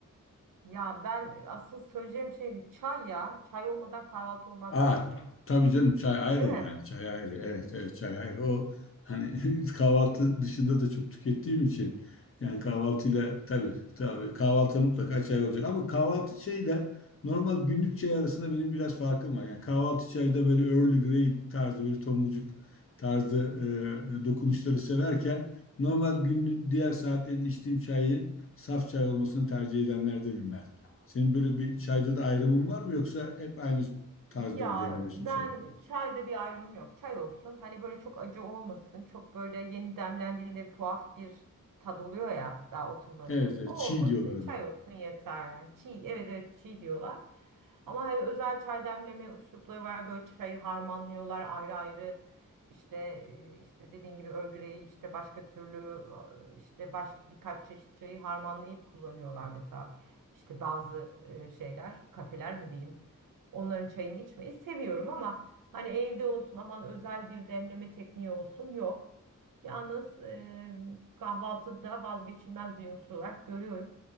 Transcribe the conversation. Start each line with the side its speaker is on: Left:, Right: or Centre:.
Right: Ya ben asıl söyleyeceğim şeydi çay ya. Çay olmadan kahvaltı olmaz
Left: Aa,
Right: bence.
Left: tabii canım çay ayrı
Right: Değil
Left: yani çay ayrı evet evet çay ayrı o hani <laughs> kahvaltı dışında da çok tükettiğim için yani kahvaltıyla tabii tabii kahvaltıda mutlaka çay olacak ama kahvaltı çayıyla
Right: mi?
Left: normal günlük çay arasında benim biraz farkım var yani kahvaltı çayda böyle Early Grey tarzı böyle tomurcuk tarzı e, dokunuşları severken normal günün diğer saatlerinde içtiğim çayın saf çay olmasını tercih edenlerdenim ben. Senin böyle bir çayda da ayrımın var mı yoksa hep aynı tarzda
Right: Ya
Left: mı demliyorsun
Right: ben
Left: çayı?
Right: çayda bir ayrımım yok. Çay olsun. Hani böyle çok acı olmasın. Çok böyle yeni demlendiğinde bir tuhaf bir tad oluyor ya daha oturmadan.
Left: Evet, evet,
Right: O
Left: çiğ
Right: olmasın.
Left: diyorlar ona.
Right: Çay olsun yeter yani. Çiğ evet evet çiğ diyorlar. Ama hani özel çay demleme üslupları var. Böyle çayı harmanlıyorlar ayrı ayrı. İşte e, işte dediğin gibi Earl işte başka türlü e, işte baş, birkaç çeşit çayı harmanlayıp kullanıyorlar mesela. İşte bazı e, şeyler kafeler mi diyeyim Onların çayını içmeyi seviyorum ama hani evde olsun aman özel bir demleme tekniği olsun yok. Yalnız e, kahvaltıda vazgeçilmez bir unsur olarak görüyorum.